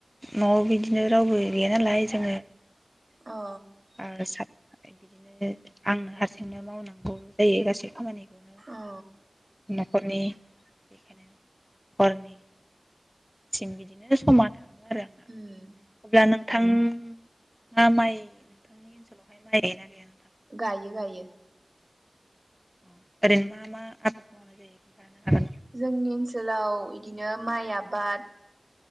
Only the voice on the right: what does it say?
अ
अ
उम
गायो गायो
जोंनि ओनसोलाव इदिनो माइ आबाद